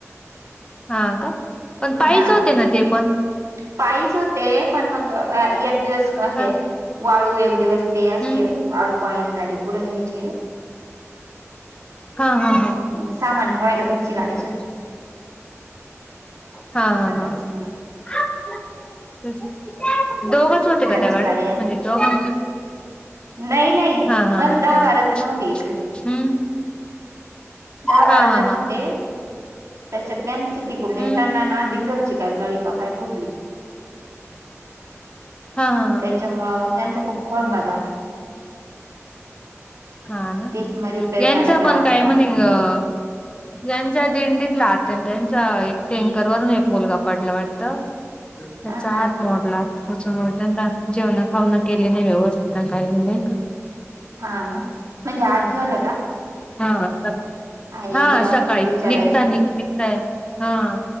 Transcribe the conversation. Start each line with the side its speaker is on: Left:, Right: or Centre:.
Left: हा अ का पण पायीच
Right: हा
Left: होते ना ते पण
Right: पायीच होते पण मंग एक दिवस. काय ते म्हणजे
Left: हा
Right: वाळू एक दिवस ते अशी
Left: हम्म
Right: आळूपाळीने गाडी पुढे घ्यायची.
Left: हां हां हां-
Right: पण <inaudible>
Left: अच्छा! हां हां
Right: सगळंच
Left: हां-
Right: मग
Left: तेच की दोघच होते का
Right: घरची
Left: त्या गाडीत
Right: गाडी असते
Left: म्हणजे हा
Right: नाही नाही
Left: हा हा
Right: मग
Left: हम्म-
Right: दहा बारा जण होते इथले दहा बारा
Left: हा हा
Right: जण होते,
Left: हा
Right: त्याच्यात त्यांचे तिकडून येताना
Left: हम्म
Right: ना डिझेलचे- काय नळी का, काय फुटली-
Left: हां हां हां-
Right: त्याच्यामुळ मग त्यांचा खूप खोळंबा झाला. -
Left: हा ना
Right: तेच मग रिपेअर
Left: यांचा
Right: करायला
Left: पण काय
Right: पार
Left: म्हणे अ- त्यांचा दिंडीतला त्यांचा एक टँकरवरून एक मुलगा पडला वाटत. त्याचा
Right: हा हा
Left: हात मोडला. त्याच्यामुळे त्यांना जेवणा खाऊना केले नाही व्यवस्थित काय नाही.
Right: हा ना म्हणजे आज झालं का?
Left: हा सकाळी
Right: आई
Left: हा
Right: देवा
Left: सकाळी
Right: बिचाऱ्याचं
Left: निघता निघ निघतंय हा-